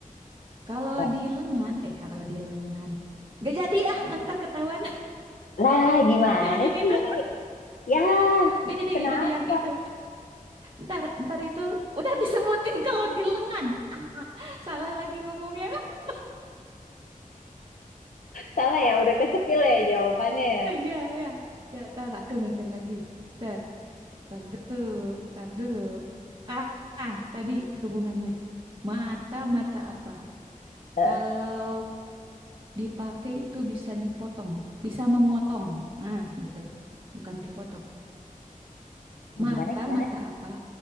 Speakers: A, on the right; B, on the left.
A: Kalau
B: Eh,
A: di lengan, eh kalau di lengan. Gak jadi ah, ntar ketahuan.
B: Lah, gimana
A: <laughs> Jangan yang itu.
B: sih? Ya,
A: Gak jadi,
B: kenapa?
A: gak jadi yang itu. Ntar, ntar itu udah disebutin kalau di lengan. <laughs> Salah lagi ngomongnya. <laughs>
B: Salah ya, udah kesepil ya jawabannya
A: Ya, ya. Ya, ntar aku mikir lagi. Ntar. Tar dulu, tar dulu. Ah, ah, tadi hubungannya. Mata-mata apa?
B: ya.
A: Kalau dipakai itu bisa dipotong, bisa memotong. Nah, gitu. Bukan dipotong. Mata-mata
B: Gimana gimana?
A: apa?